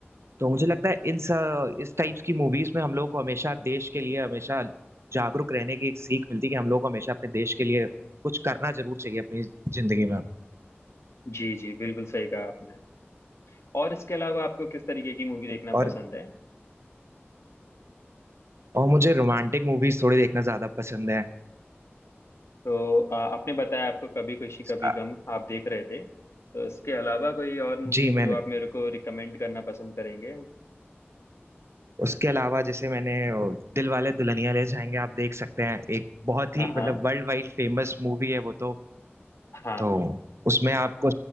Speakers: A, on the right; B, on the left.
A: तो मुझे लगता है इन स- इस टाइप्स की मूवीज में हम लोग को हमेशा देश के लिए हमेशा जागरूक रहने की एक सीख मिलती है कि हम लोग को हमेशा अपने देश के लिए कुछ करना जरूर चाहिए अपनी जिंदगी में
B: जी जी बिल्कुल सही कहा आपने और इसके अलावा आपको किस तरीके की मूवी देखना
A: और
B: पसंद है
A: और मुझे रोमांटिक मूवीज थोड़ी देखना ज्यादा पसंद है
B: तो अ, आपने बताया आपको कभी खुशी कभी
A: अ,
B: गम आप देख रहे थे तो इसके अलावा कोई और मूवी
A: जी मैंने
B: जो आप मेरे को रिकमेंड करना पसंद करेंगे
A: उसके अलावा जैसे मैंने ओ, दिल वाले दुल्हनिया ले जाएंगे आप देख सकते हैं एक बहुत ही
B: हाँ
A: मतलब वर्ल्ड वाइड फेमस मूवी है वो तो
B: हाँ
A: तो उसमें आपको